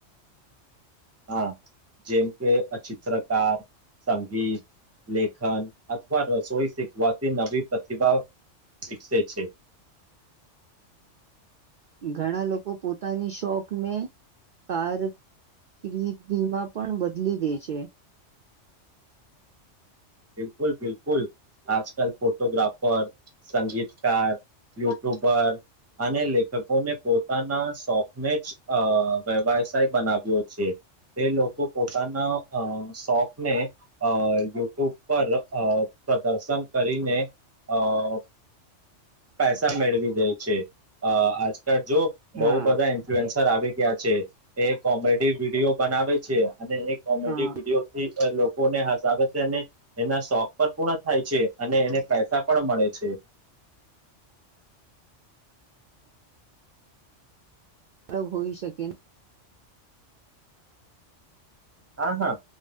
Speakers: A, on the right; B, on the right.
A: હા, જેમ કે આ ચિત્રકાર સંગીત, લેખન, અથવા રસોઈ શીખવાતી નવી પ્રતિભા વિકસે છે.
B: <inaudible> ઘણા લોકો પોતાની શોખને કાર <unintelligible> વીમા પણ બદલી દે છે
A: બિલકુલ બિલકુલ, આજ કલ ફોટોગ્રાફર, સંગીતકાર, યુટ્યુબર અને લેખકોને પોતાના શોખનેજ વ્યવસાય બનાવ્યો છે. તે લોકો પોતાના અહ શોખને અહ ઉપર અહ પ્રદર્શન કરીને અહ પૈસા મેળવી દે છે. અહ આજ કરજો બઉ
B: હા
A: બધા ઇન્ફ્લુએન્સર આવી ગયા છે એ કોમેડી વિડીયો બનાવે છે. અને એ કોમેડી
B: હા
A: વિડીયો થી લોકોને હસાવે છે અને એના શોખ પણ પૂર્ણ થાય છે અને એને પૈસા પણ મળે છે. <inaudible>
B: અલગ હોઈ શકે.
A: હા હા